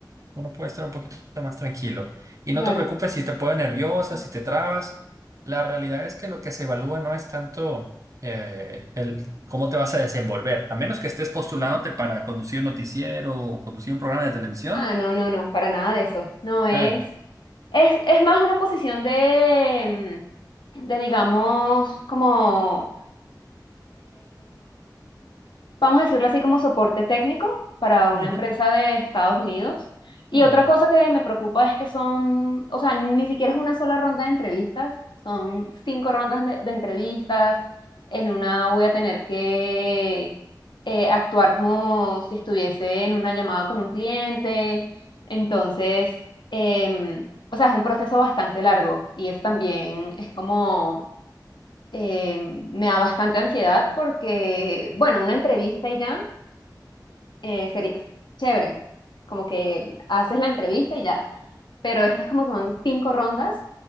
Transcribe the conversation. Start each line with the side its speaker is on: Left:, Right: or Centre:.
Right: uno puede estar un poquito más tranquilo. Y
Left: claro.
Right: no te preocupes si te pones nerviosa, si te trabas. La realidad es que lo que se evalúa no es tanto eh, el cómo te vas a desenvolver, a menos que estés postulándote para conducir un noticiero o conducir un programa de televisión.
Left: Ah, no, no, no, para nada de eso. No es.
Right: Eh,
Left: Es, es más una posición de, mm, de digamos, como vamos a decirlo así, como soporte técnico para una
Right: ujú,
Left: empresa de Estados Unidos. Y
Right: mm.
Left: otra cosa que me preocupa es que son, o sea, ni siquiera es una sola ronda de entrevistas, son cinco rondas de, de entrevistas. En una voy a tener que eh, actuar como si estuviese en una llamada con un cliente. Entonces, em, o sea, es un proceso bastante largo y eso también es como eh, me da bastante ansiedad porque, bueno, una entrevista y ya, eh, sería chévere, como que haces la entrevista y ya, pero estas como son cinco rondas,